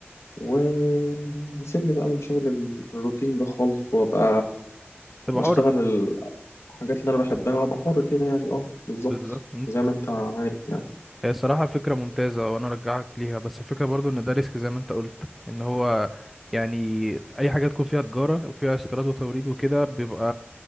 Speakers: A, on the left; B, in the centre.
A: و... وسيبني بقى من شغل ال- الروتين ده خالص وابقى
B: تبقى
A: بشتغل
B: حر
A: الحاجات اللي انا بحبها وابقى حر كده يعني اه بالظبط
B: بالظبط
A: زي ما انت عارف يعني
B: هي صراحة فكرة ممتازة وأنا أرجعك ليها بس الفكرة برضو إن ده ريسك زي ما أنت قلت إن هو يعني أي حاجة تكون فيها تجارة وفيها استيراد وتوريد وكده بيبقى